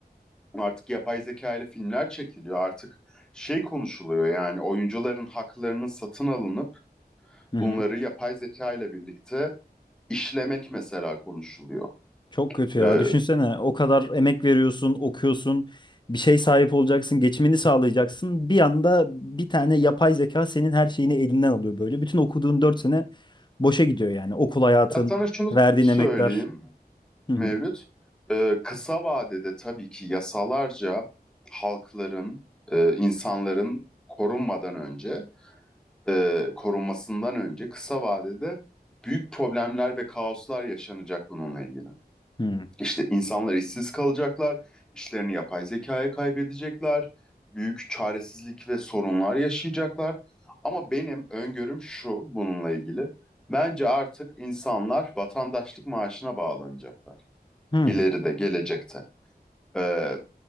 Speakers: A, in the centre; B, on the left (about 25°).
A: artık yapay zeka ile filmler çekiliyor. Artık şey konuşuluyor yani oyuncuların haklarının satın alınıp
B: Hı hı.
A: bunları yapay zeka ile birlikte işlemek mesela konuşuluyor.
B: Çok kötü ya.
A: Ee,
B: Düşünsene o kadar emek veriyorsun, okuyorsun, bir şey sahip olacaksın, geçimini sağlayacaksın. Bir anda bir tane yapay zeka senin her şeyini elinden alıyor böyle. Bütün okuduğun 4 sene boşa gidiyor yani. Okul hayatın,
A: Ya sana şunu
B: verdiğin
A: söyleyeyim
B: emekler. Hı
A: Mevlüt.
B: hı.
A: Ee, kısa vadede tabii ki yasalarca halkların, e, insanların korunmadan önce, e, korunmasından önce kısa vadede büyük problemler ve kaoslar yaşanacak bununla ilgili.
B: Hı hı.
A: İşte insanlar işsiz kalacaklar, işlerini yapay zekaya kaybedecekler, büyük çaresizlik ve sorunlar yaşayacaklar. Ama benim öngörüm şu bununla ilgili. Bence artık insanlar vatandaşlık maaşına bağlanacaklar.
B: Hı hı.
A: İleride, gelecekte. Ee,